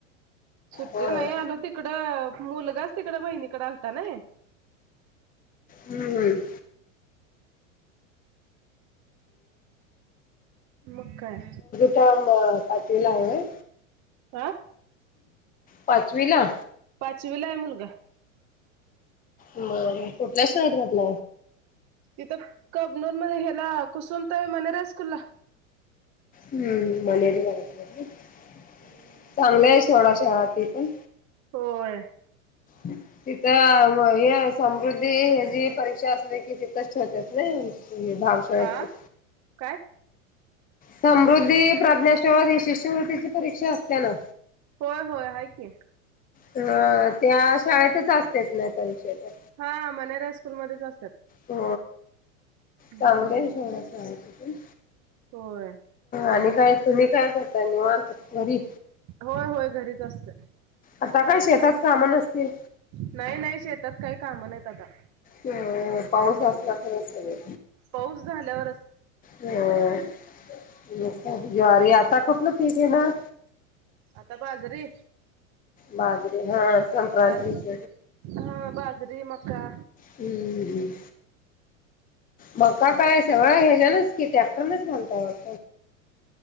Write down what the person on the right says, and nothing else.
सुट्टी
नाही आलो ते तिकड मुलगाच तिकड बहिणीकड आल ता नाही.
मग काय?
हा.
पाचवीलाये मुलगा
तिथं कबनूर मध्ये हेला कुसुमताई मनेरा स् कुलला
हम्म
होय.
आ काय?
होय होय हाय की
हा मनेरा हाय स्कूलमध्येध्येच असतात.
हम्म
होय.
होय होय घरीच असते.
नाही नाही शेतात काही काम नाहीत आता
पाऊस झाल्यावरच
आता बाजरीे
बाज हा बाजरी मका